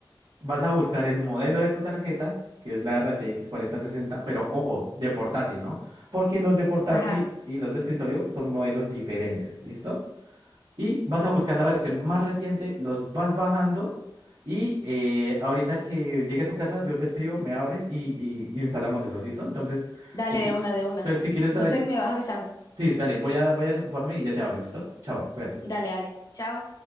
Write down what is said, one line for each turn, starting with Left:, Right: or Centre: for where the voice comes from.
Right: Vas a buscar el modelo de tu tarjeta, que es la RTX sesenta, pero ojo, de portátil, ¿no? Porque los de portátil
Left: Ajá,
Right: y los de escritorio son modelos diferentes, ¿listo? Y vas a buscar la versión más reciente, los vas bajando y eh, ahorita que llegue a tu casa, yo te escribo, me abres y, y- y instalamos eso, ¿listo? Entonces,
Left: dale
Right: si, qui-
Left: de una, de una.
Right: entonces, si quieres,
Left: Entonces
Right: da-
Left: me vas avisando.
Right: sí, dale, voy a, voy a desocuparme y ya te hablo, ¿listo? Chao, cuídate.
Left: Dale, dale. Chao.